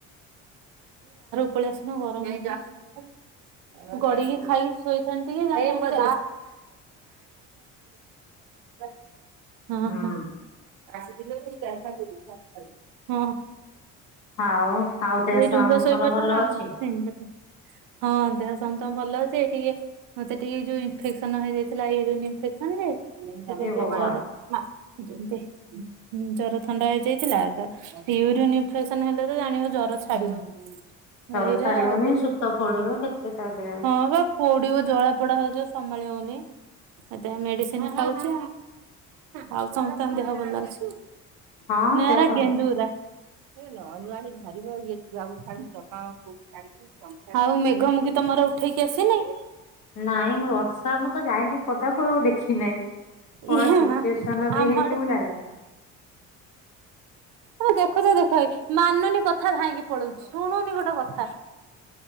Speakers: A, on the right; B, on the left.
A: ପଳେଇ ଆସୁନ ଗରମ ହୋଉଛି ଗଡିକି ଖାଇ ଶୋଇଥାନ୍ତି ଟିକେ <inaudible> ହଁ
B: ହୁଁ
A: ହଁ। ଆସିଥିଲେ ସେ ଯାଇଥାନ୍ତି ଖାଇଥାନ୍ତି ହଁ।
B: ଆଉ ଆଉ ଦେହ
A: ଏଇ
B: ସମସ୍ତଙ୍କର
A: ରୁମରେ ଶୋଇପାଡି
B: ଭଲ
A: ଥାନ୍ତ ନା
B: ଅଛି
A: ହଁ ଦେହ ସମସ୍ତ ଭଲ ହଉଛି ଟିକେ ମତେ ଟିକେ ଯୋଉ ଇନଫେକ୍ସନ ହେଇଯାଇଥିଲା ୟୁରିନ ଇନଫେକ୍ସନ ଯେ <unintelligible>
B: ହେ ଭଗବାନ।
A: ତି ଜର ଥଣ୍ଡା ହେଇଯାଇଥିଲା ତ ୟୁରିନ ଇଲେକ୍ସନ ହେଲେ ତ ଜାଣିବ ଜର। ଛାଡ଼ି ନେଇ।
B: ଜର
A: ଏଇଟା
B: ଛାଡିବନି
A: ହେଇଯାଉଛନି
B: ଶୂତ ପଡିବ କେତେ କହିଦେବେ
A: ହଁ ପା ପୋଡିବ ଜଳା ପୋଡା ହଉ। ସମ୍ଭାଳି ହଉନି ଏ ମେଡିସିନ ଖାଉଛି ଆଉ ସମସ୍ତଙ୍କ ଦେହ ଭଲ ଅଛି।
B: ହଁ
A: ନା
B: ଦେହ
A: ଏରା
B: ସମ
A: ଗେଣ୍ଡୁ ଗୁରା। ସେ ନ ନୁଆଣି ଭା ରିବ ଇଏ ଛୁଆ ଙ୍କୁ ଛାଡିକି ଆଉ ମେଘ ମୁଗୀ ତମର ଉଠେଇକି ଆସିନି?
B: ନାଇଁ ବର୍ଷା ମତେ ତ ଯାଇନି। ପଦାକୁଆଉ ଦେଖି ନାହିଁ କଣ
A: ଇଏ
B: ସିଚୁଏସନ
A: ମା
B: ବି
A: ଆମ
B: ହେଇଛି
A: ଆଡେ
B: ମୁଁ ଜାଣିନି।
A: ଦେଖୁଛ ଦେଖ ମାନୁନି କଥା ଧାଇଁକି ପଳଉଛି ଶୁଣୁନି ଗୋଟେ କଥା।